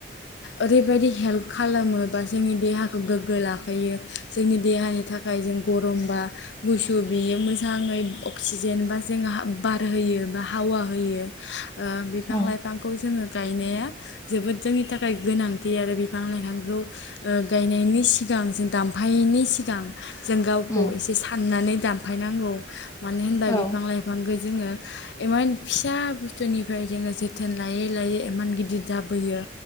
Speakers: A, on the left (about 70°); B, on the left (about 20°).
A: ओरैबायदि हेल्प खालामो बा जोंनि देहाखौ गोग्गो लाखियो जोंनि देहानि था जाय जों गरमबा गुसु बियो मोजाङै अक्सिजेन बा जोंङोहा बार होयो बा हावा होयो। ओ बिफां
B: उम
A: लाइफांखौ जोंङो गायनाया जोबोद जोंनि थाखाय गोनांथि आरो बिफां लाइफांखौ ओ गायनायनि सिगां जों दामफायैनि सिगां जों गावखौ
B: उम
A: एसे साननानै दानफायनांगौ मानो होनबा
B: औ
A: बिफां लाइफां बिफांखो जोंङो इमान फिसा बुस्थुनिफ्राय जोंङो ज जोथोन लायै लायै इमान गिदिर जाबोयो